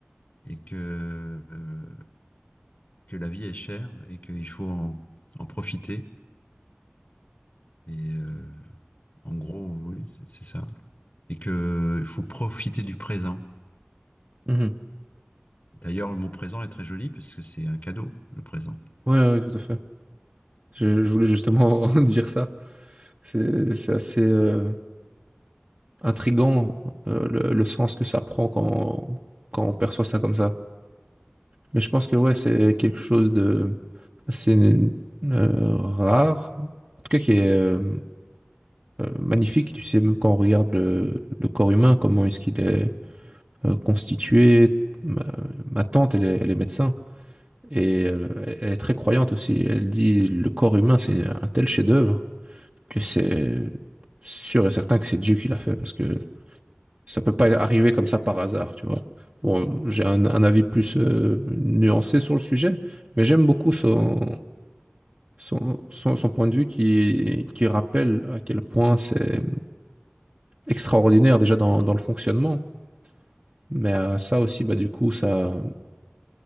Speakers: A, on the left (about 50°); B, on the right (about 35°).
A: et que, euh, que la vie est chère et qu'il faut en, en profiter. Et euh, en gros, oui, c'est c'est ça. Et que il faut profiter du présent.
B: Mhm.
A: D'ailleurs, le mot présent est très joli parce que c'est un cadeau, le présent.
B: Ouais, ouais, tout à fait. Je, je voulais justement <laughs> dire ça. C'est, c'est assez euh, intriguant euh, le, le sens que ça prend quand, quand on perçoit ça comme ça. Mais je pense que ouais, c'est quelque chose de assez euh, rare, en tout cas qui est euh, euh, magnifique. Tu sais, même quand on regarde le, le corps humain, comment est-ce qu'il est euh, constitué. Ma, ma tante, elle est, elle est médecin et euh, elle est très croyante aussi. Elle dit le corps humain, c'est un tel chef-d'œuvre que c'est sûr et certain que c'est Dieu qui l'a fait parce que ça peut pas arriver comme ça par hasard, tu vois. Bon, j'ai un, un avis plus euh, nuancé sur le sujet, mais j'aime beaucoup son, son, son, son point de vue qui, qui rappelle à quel point c'est extraordinaire déjà dans, dans le fonctionnement. Mais euh, ça aussi, bah, du coup, ça,